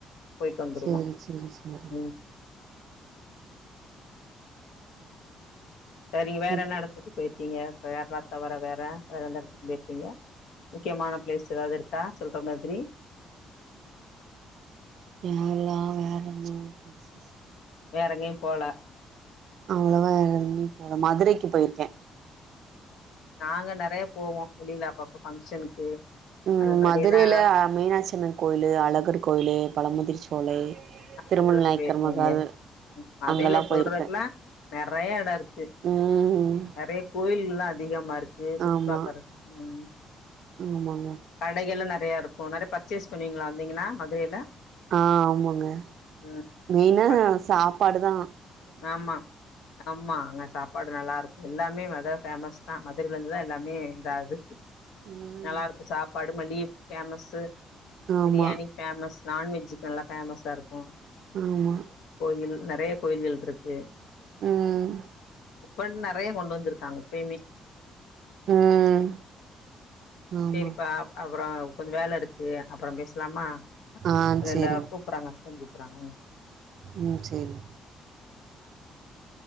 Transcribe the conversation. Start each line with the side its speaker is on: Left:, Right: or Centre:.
Left: போயிட்டு வந்துருவோ
Right: சேரி சேரி சேரி
Left: ம் சரிங்க
Right: சரி
Left: வேற என்ன எடத்துக்கு போயிருக்கீங்க கேரளா தவர வேற வேற எந்த எடத்துக்கு போயிருக்கீங்க முக்கியமான பிளேஸ் ஏதாது இருக்கா சொல்ற மாதிரி
Right: கேரளா வேற என்ன பிளேசஸ்
Left: வேற எங்கயு போல
Right: அவ்ளவா எங்கயு போல மதுரைக்கு போயிருக்கே
Left: நாங்க நறைய போவோ வெளில அப்பப்ப ஃபங்க்ஷனுக்கு
Right: ம்
Left: அந்த மாரி
Right: மதுரையில
Left: எல்லா
Right: மீனாட்சி அம்மன் கோயிலு அழகர் கோயிலு பழமுதிர் சோலை திருமண
Left: அங்கல்லா
Right: நாயக்கர்
Left: போயிருக்கேங்க
Right: மகால்
Left: அதையெல்ல
Right: அங்கெல்லா
Left: சொல்றதுக்குல்லா
Right: போயிருக்கே
Left: நறைய எடோ இருக்கு
Right: ம்
Left: நறைய கோயில்லா அதிகமா இருக்கு சுத்தி
Right: ஆமா
Left: பாக்கரக் ம்
Right: ஆமாங்க
Left: கடைகளு நறைய இருக்கு நறைய பர்ச்சேஸ் பண்ணுவீங்களா வந்தீங்கன்னா மதுரையில
Right: ஆ ஆமாங்க
Left: ம்
Right: மெயினா
Left: பச்
Right: சாப்பாடுதா
Left: ஆமா ஆம்மா அங்க சாப்பாடு நல்லா இருக்கு எல்லாமே மதுர ஃபேமஸ் தா மதுரையிலருந்துதா எல்லாமே இதாது
Right: ம்
Left: நல்லாருக்கு சாப்பாடு மல்லியப் ஃபேமஸு
Right: ஆமா
Left: பிரியாணி ஃபேமஸ் நான்வெஜ்ஜுக்கு நல்லா ஃபேமஸா இருக்கு
Right: ஆமா
Left: கோயில் நெறைய கோயில்கள் இருக்கு
Right: உம்
Left: இப்ப நெறைய கொண்டு வந்திருக்காங்க எப்பயுமே
Right: ம் ஆமா
Left: சேரிப்பா அப்றோ கொஞ்சோ வேல இருக்கு அப்றோ பேசலாமா
Right: ஆ
Left: ரெண்டு
Right: சேரிங்
Left: அப் கூப்ட்றாங்க ஹஸ்பண்ட் கூப்றாங்க
Right: உம் சேரி